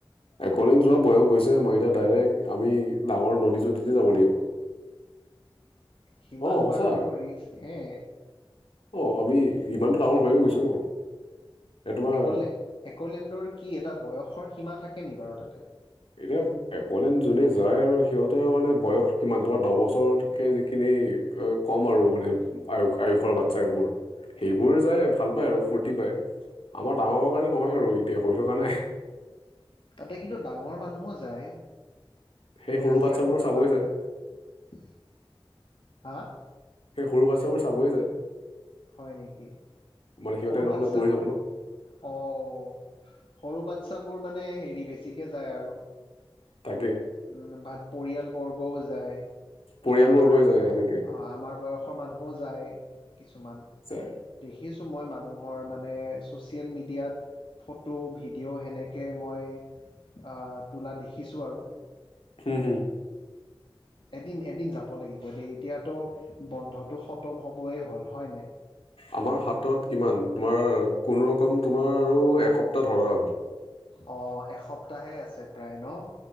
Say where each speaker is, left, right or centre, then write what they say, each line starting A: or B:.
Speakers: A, on the left; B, on the left.
A: একলেন যোৱা বয়স গৈছে মই এতিয়া ডাইৰেক্ট আমি ডাঙৰ নদী চদীতে যাব লাগিব।
B: সিমান
A: অ সঁচা
B: বাৰু ৰিস্ক হে
A: অ আমি ইমানটো ডাঙৰ হৈয়ে গৈছো। এই তোমাৰ
B: অলে একলেণ্ডৰ কি এটা বয়সৰ সীমা থাকে নি বাৰু তাতে।
A: এতিয়া একলেন যোনে যায় আৰু সিহঁতেৰ মানে বয়স কিমান তোমাৰ দহ বছৰতকে যিখিনি কম আৰু মানে আয়স আয়ুসৰ বাচ্ছবোৰ সেইবোৰ যাই ভাল পায় আৰু ফূৰ্তি পাই আমাৰ
B: অ
A: ডাঙৰৰ কাৰণে নহয় আৰু এতিয়া হৈ থকা নাই।
B: তাতে কিন্তু ডাঙৰ মানুহো যায়।
A: সেই
B: বিয়াচিয়া
A: সৰু বাচ্ছাবোৰ
B: পতা
A: চাবই
B: মানুহ
A: যায়
B: হা।
A: সেই সৰু বাচ্ছাবোৰ চাবই যায়।
B: হয় নেকি
A: মানে সিহঁতে
B: সৰু
A: নহ'লে
B: বাচ্ছাবোৰ
A: পৰি যাব ন
B: অ অ। সৰু বাচ্ছাবোৰ মানে হেৰি বেছিকে যায় আৰু
A: তাকে
B: উম ভাত পৰিয়াল বৰ্গও যায়। তাতে
A: পৰিয়ালবোৰ
B: আমাৰ
A: গৈ
B: আমাৰ
A: যায় সেনেকে
B: বয়সৰ মানুহও যায়। কিছুমান
A: যায়
B: দেখি আছো মই মা মানুহৰ মানে ছ'চিয়েল মিডিয়াত ফটো, ভিডিঅ' সেনেকৈ মই আহ তোলা দেখিছো আৰু।
A: হু, হু।
B: এদিন, এদিন যাব লাগিব দেই এতিয়াতো বন্ধটো খতম হ'বই হ'ল হয় নে?
A: আমাৰ হাতত কিমান তোমাৰ কোনোৰকম তোমাৰ আৰু এসপ্তাহ ধৰা।
B: অ এসপ্তাহে আছে প্ৰায় ন।